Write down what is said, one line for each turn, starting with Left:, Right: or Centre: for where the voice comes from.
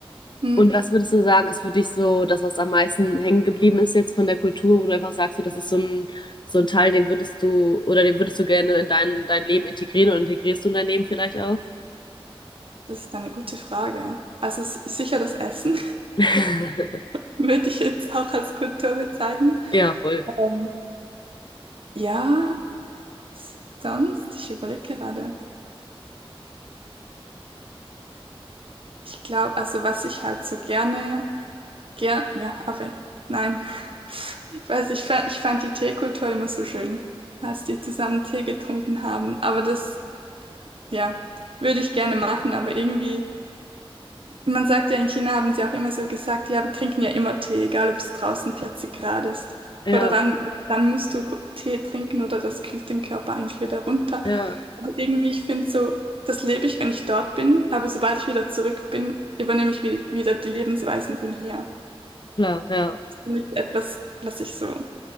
Right: Mm.
Left: Und was würdest du sagen, ist für dich so das, was am meisten hängen geblieben ist jetzt von der Kultur, wo du einfach sagst, so, das ist so ein, so ein Teil, den würdest du, oder den würdest du gerne in dein, dein Leben integrieren oder integrierst du in dein Leben vielleicht auch?
Right: Das ist eine gute Frage. Also s- sicher das Essen
Left: <laughs>
Right: <laughs> würde ich jetzt auch als Kultur bezeichnen.
Left: Ja, voll.
Right: Ähm, ja, s- sonst, ich überlege gerade. Ich glaube, also was ich halt so gerne, gern, ja, aber nein. <laughs> Ich weiß, ich fand, ich fand die Teekultur immer so schön, als die zusammen Tee getrunken haben. Aber das, ja, würde ich gerne machen, aber irgendwie. Man sagt ja, in China haben sie auch immer so gesagt, die haben, trinken ja immer Tee, egal ob es draußen 40 Grad ist.
Left: Ja,
Right: Oder dann, dann musst du Tee trinken oder das kühlt den Körper eigentlich wieder runter.
Left: ja,
Right: Aber irgendwie, ich finde so, das lebe ich, wenn ich dort bin, aber sobald ich wieder zurück bin, übernehme ich wieder, wieder die Lebensweisen von hier.
Left: klar, ja.
Right: Das ist nicht etwas, was ich so,